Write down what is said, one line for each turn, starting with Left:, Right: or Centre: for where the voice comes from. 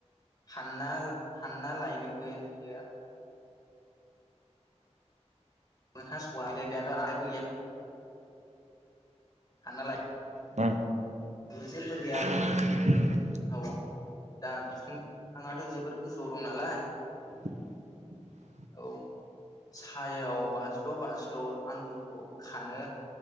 Left: हानना हानना लायनोबो बियो मोनहास'हा <unintelligible> नै बेथ' आहायबो गैया हानना लाय
Right: उ‌म
Left: बो जेबो गैया
Right: <inaudible>
Left: औ दा बिफां बिफांआथ' जोबद गोजौआव दं नालाय
Right: <inaudible>
Left: औ सायाव बाज्ल'-बाज्ल' आंगुरखौ खानो